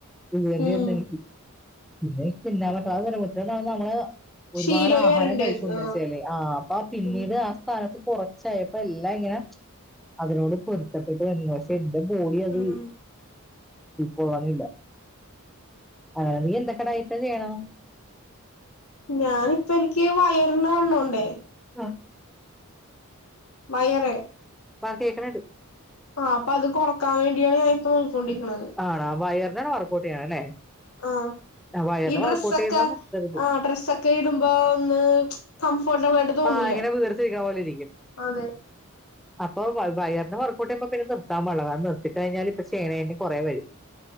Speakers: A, in the centre; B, on the left.
A: ഇത് തന്നെയാരുന്നു
B: ഉം
A: എനിക്കും പിന്ന ചിന്താൻ പറ്റന്നെ കു നമ്മള് <unintelligible> ഒരുപാട്
B: ഷീലോയി
A: ആഹാരം
B: വരണ്ട്
A: കഴിച്ചൂന്നു
B: ആഹ്
A: വച്ചാലെ ആ അപ്പ പിന്നീട്
B: ഉം
A: ആ സ്ഥാനത്ത് കുറച്ചായപ്പോ അപ്പ എല്ലാം ഇങ്ങനെ അതിനോട് പൊരുത്തപ്പെട്ട് വരുന്നു പക്ഷെ എന്റെ ബോഡി അത്
B: ഉം
A: കൊഴാനില്ല <unintelligible> അന നീ എന്തൊക്കെ ഡയറ്റു ചെയ്യണു
B: ഞാനിപ്പ എനിക്ക് വയറിന് വണ്ണോണ്ടേ
A: ആ
B: വയറെ
A: ബാക്കി എത്രെടു
B: ആ അപ്പം അത് കൊറക്കാൻ വേണ്ടിയാണ് ഞാൻ ഇപ്പ നോക്കിക്കൊണ്ടിരിക്കണത്
A: ആണോ വയറിന വർക്കഔട്ട് ചെയ്യണ അല്ലേ
B: ആ
A: ആ, വയറിന്
B: ഈ ഡ്രസ്സൊക്കെ
A: വർക്കൗട്ട് ചെയ്താൽ നിർത്തരുത്
B: ആ ഡ്രസ്സൊക്കെ ഇടുമ്പോ ഒന്ന് കംഫോർട്ടബിൾ ആയിട്ട് തോന്നൂല
A: ആഹ അങ്ങനെ വീർത്ത് ഇരിക്കാണപോലെ ഇരിക്കും
B: അതെ
A: അപ്പൊ വയറിന്റെ വർക്കൗട്ട് ചെയ്യുമ്പോൾന്നെ നിർത്താൻ വള്ള കത് നിർത്തിട്ട കഴിഞ്ഞാൽ ഇപ്പ ചേനേ കുറെ വരും